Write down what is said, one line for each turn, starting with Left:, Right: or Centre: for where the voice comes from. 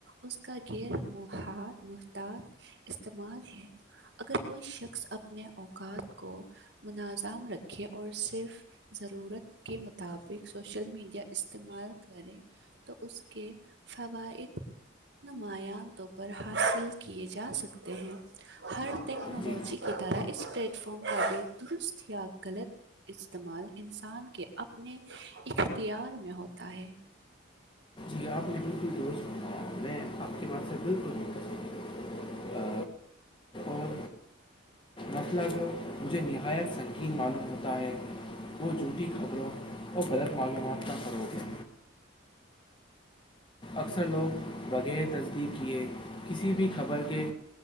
Right: اس کا غیر محتاط استعمال ہے اگر کوئی شخص اپنے اوقات کو مناظام رکھے اور صرف ضرورت کے مطابق سوشل میڈیا استعمال کریں تو اس کے فوائد نمایاں پر حاصل کیے جا سکتے ہیں ہر ٹیکنالوجی
Left: جی
Right: کی طرح اس پلیٹ فارم کا بھی درست یا غلط استعمال انسان کے اپنے اختیار میں ہوتا ہے
Left: جی آپ نے بالکل درست بنایا میں آپ کے بات سے بالکل متفق ہوں اور مسئلہ جو مجھے نہایت سنگین معلوم ہوتا ہے وہ جھوٹی خبروں اور غلط معلومات کا فروغ ہے اکثر لوگ بغیر تصدیق کیے کسی بھی خبر کے